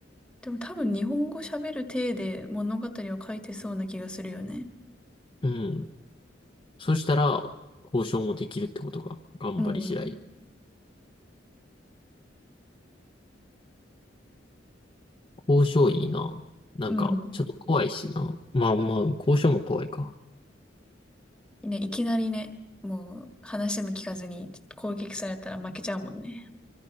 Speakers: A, in the centre; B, on the left.
A: でも多分日本語喋る体で物語を書いてそうな気がするよね。
B: う。うんそしたら、交渉もできるってことか。頑張り次第。
A: うん。
B: 交渉いいな。なんか、
A: うん。
B: ちょっと怖いしな。まあまあ、交渉も怖いか。
A: ね、いきなりね、もう話も聞かずに攻撃されたら負けちゃうもんね。